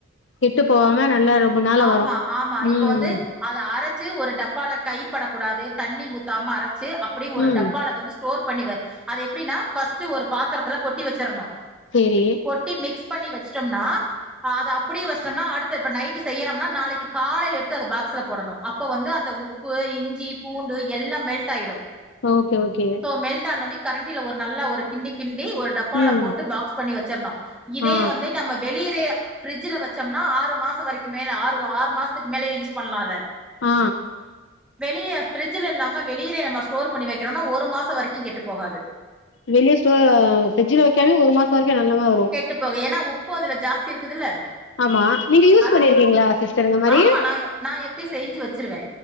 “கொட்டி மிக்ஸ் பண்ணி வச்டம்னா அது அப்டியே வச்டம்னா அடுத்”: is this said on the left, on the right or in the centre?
Centre